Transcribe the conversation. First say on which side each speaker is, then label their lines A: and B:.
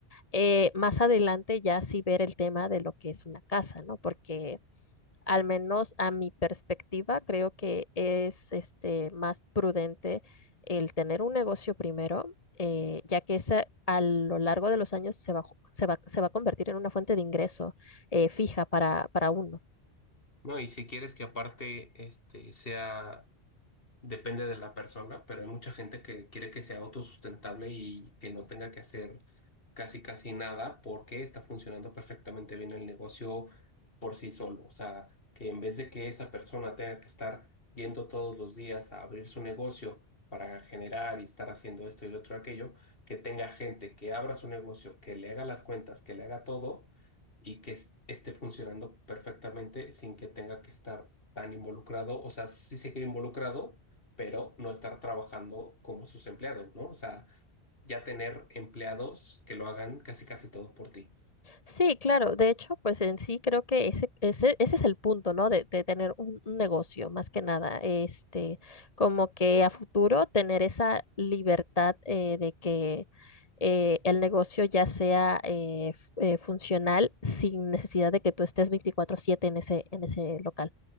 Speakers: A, on the left; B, on the left.
A: eh, más adelante ya sí ver el tema de lo que es una casa, ¿no? Porque al menos a mi perspectiva creo que es este, más prudente el tener un negocio primero, eh, ya que esa, a lo largo de los años se va, ju- se va, se va a convertir en una fuente de ingreso eh, fija para, para uno.
B: No, y si quieres que aparte este sea Depende de la persona, pero hay mucha gente que quiere que sea autosustentable y que no tenga que hacer casi casi nada porque está funcionando perfectamente bien el negocio por sí solo. O sea, que en vez de que esa persona tenga que estar yendo todos los días a abrir su negocio para generar y estar haciendo esto y lo otro aquello, que tenga gente que abra su negocio, que le haga las cuentas, que le haga todo y que es- esté funcionando perfectamente sin que tenga que estar tan involucrado. O sea, sí seguir involucrado pero no estar trabajando como sus empleados, ¿no? O sea, ya tener empleados que lo hagan casi casi todo por ti.
A: Sí, claro. De hecho, pues en sí creo que ese, ese, ese es el punto, ¿no? De, de tener un, un negocio, más que nada. Este, como que a futuro tener esa libertad eh, de que eh, el negocio ya sea eh, f- eh, funcional sin necesidad de que tú estés veinticuatro siete en ese, en ese local.